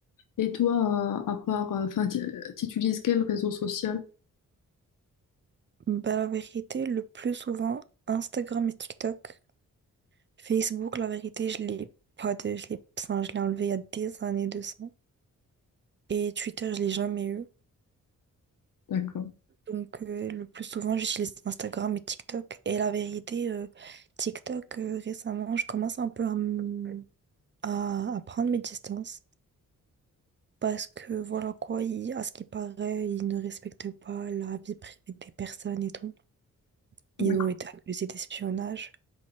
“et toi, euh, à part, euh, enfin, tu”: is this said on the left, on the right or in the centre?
Left